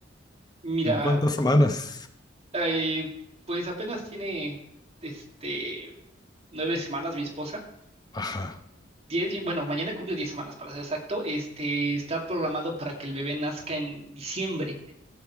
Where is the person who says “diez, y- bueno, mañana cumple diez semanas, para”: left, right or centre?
Right